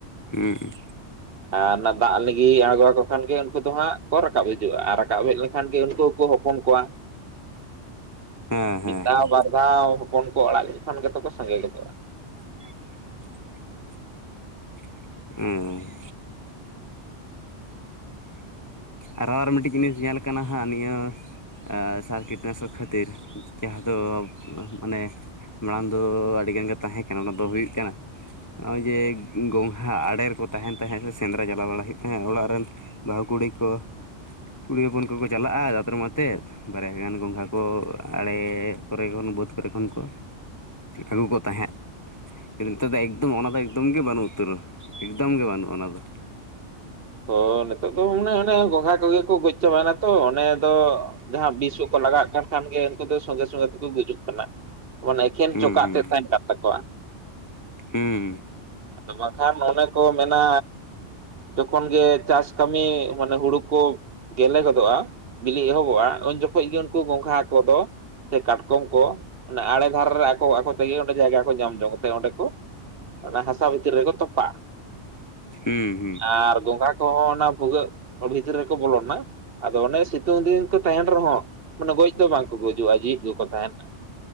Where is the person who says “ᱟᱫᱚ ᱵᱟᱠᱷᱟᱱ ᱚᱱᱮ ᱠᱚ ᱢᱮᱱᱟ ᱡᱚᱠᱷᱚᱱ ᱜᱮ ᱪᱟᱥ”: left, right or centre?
Right